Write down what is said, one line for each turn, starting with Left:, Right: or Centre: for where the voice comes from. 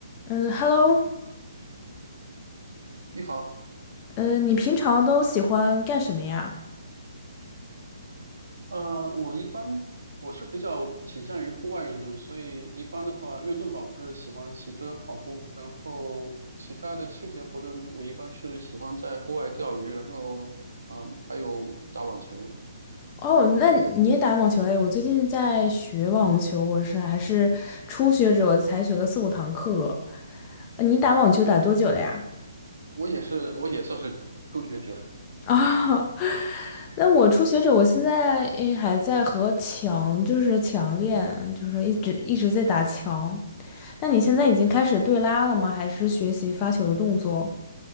Left: 嗯，Hello，
Right: 你好，
Left: 嗯，你平常都喜欢干什么呀？
Right: 呃，我一般我是比较倾向于户外运动，所以一般的话，运动的话，我是喜欢骑车、跑步，然后其他的休闲活动，我一般是喜欢在户外钓鱼，然后嗯，还有打网球。
Left: 哦，那你也打网球哎？我最近在学网球，我是还是初学者，我才学了四五堂课。呃你打网球打多久了呀？
Right: 我也是，我也算是 <laughs> 初学者。
Left: 啊，<laughs> 那我初学者，我现在诶还在和强，就是强练，就是一直一直在打强。那你现在已经开始对拉了吗？还是学习发球的动作？